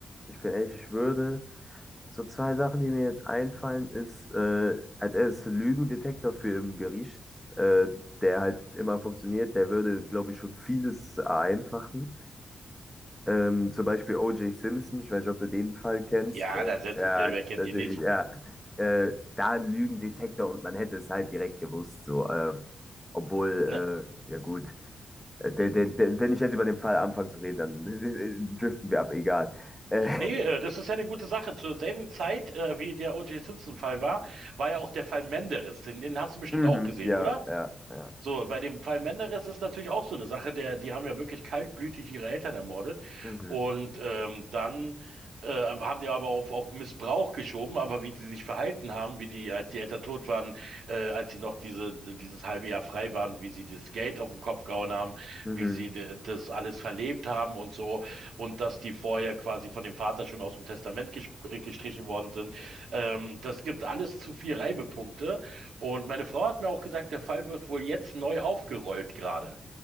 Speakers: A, in the centre; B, on the right (about 85°).
A: ich bin ehrlich, ich würde. So zwei Sachen, die mir jetzt einfallen, ist äh, als erstes Lügendetektor für im Gericht, äh, der halt immer funktioniert, der würde, glaube ich, schon vieles vereinfachen. Ähm, zum Beispiel O.J. Simpson, ich weiß nicht, ob du den Fall kennst.
B: Ja,
A: Äh,
B: na, selbstverständlich,
A: ja,
B: wer kennt
A: natürlich,
B: die nicht?
A: ja. Äh, da ein Lügendetektor und man hätte es halt direkt gewusst, so. Äh, obwohl,
B: Ne,
A: äh, ja gut, äh, der, der, der, wenn ich jetzt über den Fall anfange zu reden, dann <laughs> driften wir ab, egal. Äh,
B: nee, äh, das ist ja eine gute Sache. Zur selben Zeit, äh, wie der O.J. Simpson-Fall war, war ja auch der Fall Menderes. Den, den hast du bestimmt
A: Mhm,
B: auch gesehen,
A: ja,
B: oder?
A: ja, ja.
B: So, bei dem Fall Menderes ist natürlich auch so eine Sache, der, die haben ja wirklich kaltblütig ihre Eltern ermordet
A: Mhm,
B: und ähm, dann äh, haben die aber auf, auf Missbrauch geschoben, aber wie sie sich verhalten haben, wie die, als die Eltern tot waren, äh, als sie noch diese, dieses halbe Jahr frei waren, wie sie das Geld auf den Kopf gehauen haben,
A: mhm.
B: wie sie de- das alles verlebt haben und so und dass die vorher quasi von dem Vater schon aus dem Testament gesp- äh, gestrichen worden sind, ähm, das gibt alles zu viel Reibepunkte und meine Frau hat mir auch gesagt, der Fall wird wohl jetzt neu aufgerollt gerade.